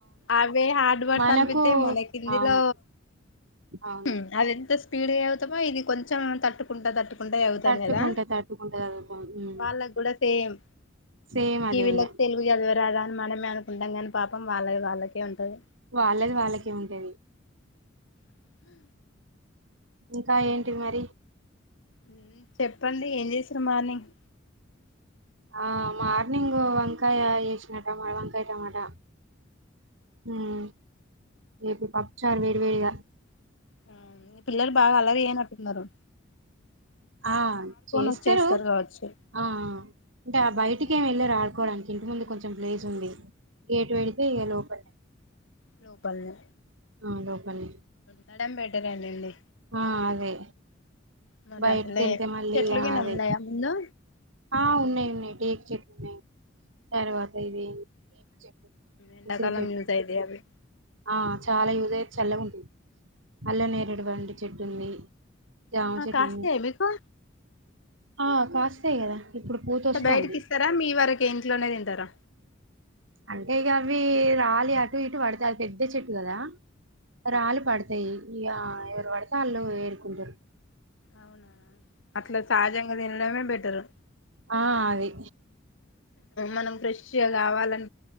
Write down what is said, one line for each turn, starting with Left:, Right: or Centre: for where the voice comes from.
Left: అవే హార్డ్ వర్డ్స్
Right: మనకు
Left: అనిపిస్తయి మనకిందులో
Right: అవును అవును
Left: హ్మ్ అది ఎంత పీడి అవుతా ఇది కొంచెం తట్టుకుంట తట్టుకు కుంటే అవుతాం
Right: తట్టుకుంట
Left: కదా
Right: తట్టుకుంట చదువుతాం ఉమ్
Left: వాళ్ళకు కూడా సేమ్
Right: సేమ్
Left: టీవీలొకి
Right: అదే ఇగ
Left: తెలుగు చదవరాదా మనమే అనుకుంటం కానీ పాపం వాళ్ళవి వాళ్ళకే ఉంటది
Right: వాళ్ళది వాళ్ళకే ఉంటది
Left: హ
Right: ఇంకా ఏంటి మరి
Left: ఉమ్ చెప్పండి ఏం చేసి మార్నింగ్
Right: ఆ మార్నింగ్ వంకాయ వేసిన టా వంకాయ టమాటా ఉమ్ ఏపీ పప్పుచార్ వేడివేడిగా
Left: ఆ మీ పిల్లలు బాగా అల్లరి చేయనట్టున్నరు
Right: ఆ చేస్తరు
Left: వచ్చేస్తారు కావచ్చు
Right: ఆ అంటే ఆ బయటికేమి
Left: అంతేనే
Right: వెళ్ళరు ఆడుకోవడానికి ఇంటి ముందు కొంచెం ప్లేస్ ఉంది గేట్ పెడితే ఇక లోపలే అ <inaudible>
Left: లో బల్ల
Right: ఆ లోపల్నే
Left: అడ్డం పెట్టరాదండి
Right: ఆ అదే
Left: మరి
Right: బయటికి
Left: అసలే
Right: వెళ్తే మళ్ళీ
Left: చెట్లు
Right: ఆ
Left: గిన
Right: అదే
Left: ఉన్నాయా ముందు
Right: ఆ ఉన్నయి ఉన్నయి టేకు చెట్లు నయి తర్వాత ఇది ఎంచెట్టు
Left: ఎండాకాలం
Right: ఉసిరి చెట్టు
Left: యూజ్ అయితాయి అవి
Right: ఆ చాలా యూజ్ అయి చల్లగా ఉం అల్లనేరుడు వండు చెట్టుంది జామ
Left: ఆహా
Right: చెట్లున్నయి
Left: కాస్తాయా మీకు
Right: ఆ కాస్తాయి కదా ఇప్పుడు పూత
Left: అంటే
Right: వస్తాంది
Left: బయటకి ఇస్తారా మీ వరకే ఇంట్లోనే తింటారా
Right: అంటే ఇగ అవి రాలి అటు ఇటు పడితయి అది పెద్ద చెట్టు కదా రాలి పడతాయి ఇగ ఎవరు వడి తే ఆల్లు ఏరుకుంటరు
Left: అవునా అట్లా సహజంగా తినడమే బెటరు
Right: ఆ అది
Left: మనం ఫ్రెష్గా కావాలాం